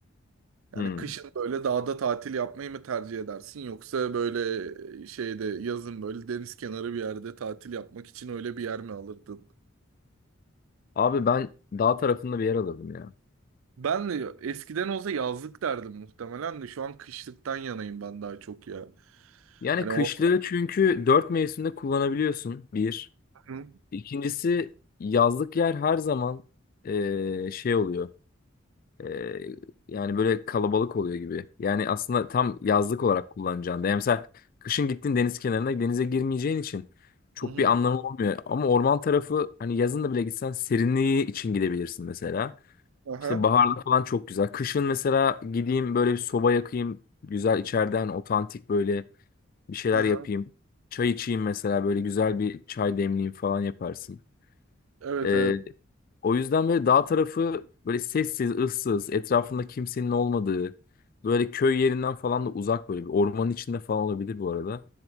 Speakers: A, on the right; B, on the left.
A: Yani
B: ben.
A: kışın böyle dağda tatil yapmayı mı tercih edersin yoksa böyle e, şeyde yazın böyle deniz kenarı bir yerde tatil yapmak için öyle bir yer mi alırdın?
B: Abi ben dağ tarafında bir yer alırdım ya.
A: Ben de eskiden olsa yazlık derdim muhtemelen de şu an kışlıktan yanayım ben daha çok ya.
B: Yani
A: Hani
B: kışlığı
A: o...
B: çünkü dört mevsimde kullanabiliyorsun bir.
A: Hı hı.
B: İkincisi yazlık yer her zaman eee, şey oluyor. Eee, yani böyle kalabalık oluyor gibi. Yani aslında tam yazlık olarak kullanacağın da. Yani mesela kışın gittin deniz kenarına denize girmeyeceğin için çok
A: hı.
B: bir anlamı olmuyor. Ama orman tarafı hani yazın da bile gitsen serinliği için gidebilirsin mesela.
A: Aha.
B: İşte baharda falan çok güzel. Kışın mesela gideyim böyle bir soba yakayım. Güzel içeriden otantik böyle bir şeyler
A: Aha.
B: yapayım. Çay içeyim mesela böyle güzel bir çay demleyeyim falan yaparsın.
A: Evet
B: Ee,
A: evet.
B: o yüzden böyle dağ tarafı böyle sessiz, ıssız, etrafında kimsenin olmadığı, böyle köy yerinden falan da uzak böyle bir ormanın içinde falan olabilir bu arada.